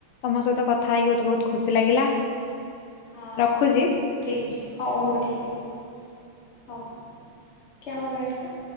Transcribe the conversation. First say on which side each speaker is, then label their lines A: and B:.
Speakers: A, on the left; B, on the left.
A: ତମ ସହିତ କଥା ହେଇକି ମୋତେ ବହୁତ ଖୁସି ଲାଗିଲା।
B: ହଁ
A: ରଖୁଛି
B: ହଁ ଠିକ୍ ଅଛି ହଉ ହଉ ଠିକ୍ ଅଛି। ହଁ କ୍ୟା ହୋଗା ଇସ୍କା?